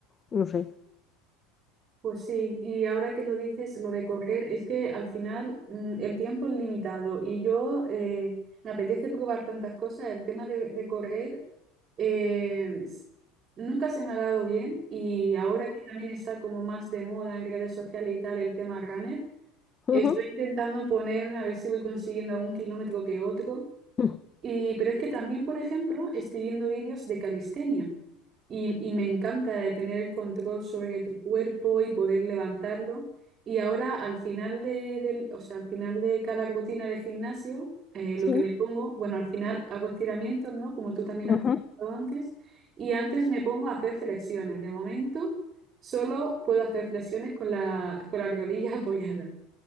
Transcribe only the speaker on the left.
no sé.
ujú,
ujú.
Sí.
ujú.